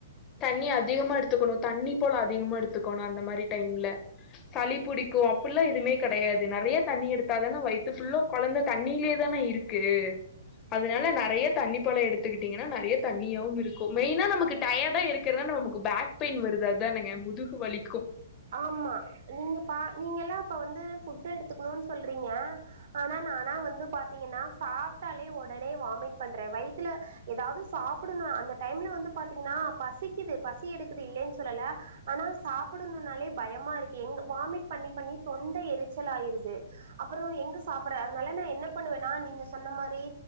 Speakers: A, on the left; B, on the right.
A: தண்ணி அதிகமா எடுத்துக்கணும் தண்ணி பழ அதிகமா எடுத்துக்கணும் அந்த மாரி டைம்ல சளி பிடி க்கும் அப்டில்லா எதுமே கெடையாது நெறைய தண்ணி எடுத்தாதானே வயித்து ஃபுல்லா கொழந்த தண்ணியிலே தானே இருக்கு அதுனால நறைய தண்ணி பழ எடுத்துக்கிட்டீங்கனா நறைய தண்ணியாவுருக்கும் இருக்கும் மெயினா நமக்கு டயர்டா இருக்கிறதா நமக்கு பேக் பெயின் வருது தானுங்க முதுகு வலிக்கும்
B: ஆமா நீங்க பா நீங்க எல்லா இப்ப வந்து ஃபுட் எடுத்துக்கணும்னு சொல்றீங்க ஆனா ஆனா வந்து பாத்தீங்கன்னா சாப்ட்டாலே ஒடனே வாமிட் பண்றே வயித்துல எதாவது சாப்பிடணு அந்த டைம்ல வந்து பாத்தீங்கனா பசிக்கிது பசி எடுக்குது இல்லேன் சொல்லல ஆனா சாப்புட் னாலே பயமா இருக்கு எங்க வாமிட் பண்ணி பண்ணி தொண்டை எரிச்சல் ஆயிருது அப்புற எங்க சாப் புட அதனால நா என்ன பண்ணுவேன்னா நீங்க சொன்ன மாரி